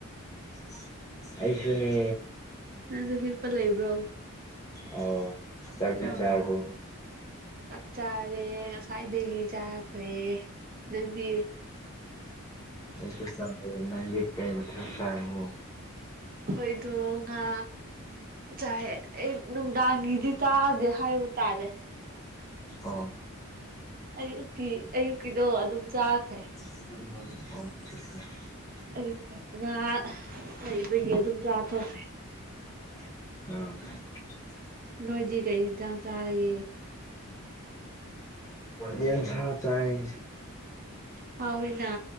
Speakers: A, on the left (about 15°); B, on the right (about 40°).
A: <unintelligible> ꯑꯩꯁꯨꯅꯦ
B: ꯅꯪꯁꯨ ꯍꯤꯛꯄ ꯂꯩꯕ꯭ꯔꯣ
A: ꯑꯣ ꯆꯥꯛꯇꯤ
B: ꯑꯥ
A: ꯆꯔꯕꯣ
B: ꯆꯥꯛ ꯆꯥꯔꯦ ꯉꯁꯥꯏꯗꯒꯤ ꯆꯥꯈ꯭ꯔꯦ ꯅꯪꯗꯤ
A: ꯑꯁꯦ ꯆ ꯃꯟꯗꯤ ꯀꯩ ꯃꯊꯦꯟ ꯆꯥꯅꯤꯉꯤ
B: ꯍꯣꯏꯗꯣ ꯉꯥ ꯆꯥꯏ ꯅꯨꯡꯗꯥꯡꯒꯤꯗꯤ ꯇꯥꯗꯦ ꯍꯥꯏꯕ ꯇꯥꯔꯦ
A: ꯑꯥ
B: ꯑꯌꯨꯛꯀꯤ ꯑꯌꯨꯛꯀꯤꯗꯣ ꯑꯗꯨꯝ ꯆꯥꯈ꯭ꯔꯦ
A: <unintelligible>
B: ꯑꯌꯨꯛꯀꯤ ꯉꯥ ꯂꯩꯕꯒꯤ ꯑꯗꯨꯝ ꯆꯥꯊꯣꯛꯈ꯭ꯔꯦ
A: ꯑ
B: ꯅꯣꯏꯗꯤ ꯀꯩ ꯏꯟꯖꯥꯡ ꯆꯥꯔꯒꯦ
A: ꯌꯦꯟ ꯁ ꯆꯥꯏ
B: ꯍꯥꯎꯏꯅ